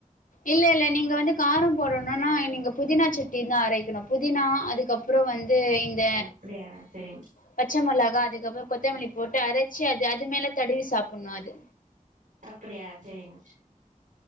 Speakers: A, on the left; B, on the right.
A: இல்ல இல்ல. நீங்க வந்து காரம் போடணும்னா நீங்க புதினா சட்டி தான் அரைக்கணும் புதினா அதுக்கப்புறம் வந்து. இந்த
B: அப்டியா செரிங்க
A: பச்சை மொளாக. அதுக்கப்புறம் கொத்தமல்லி போட்டு அரைச்சு அது அது மேல தடுவி சாப்டணு அது.
B: அப்படியா சரிங்க.